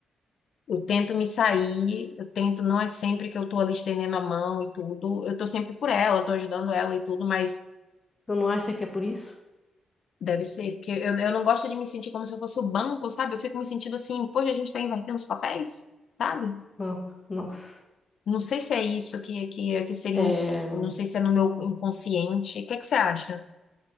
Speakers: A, on the left (about 70°); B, on the left (about 25°).
A: Eu tento me sair, eu tento, não é sempre que eu tô ali estendendo a mão e tudo, eu tô sempre por ela, tô ajudando ela e tudo, mas
B: Tu não acha que é por isso?
A: deve ser, porque eu, eu não gosto de me sentir como se eu fosse o banco, sabe? Eu fico me sentindo assim, poxa, a gente tá invertendo os papéis, sabe?
B: Não, nossa.
A: Não sei se é isso que, que, que seria
B: É,
A: o, não sei se é no meu inconsciente. O que é que você acha?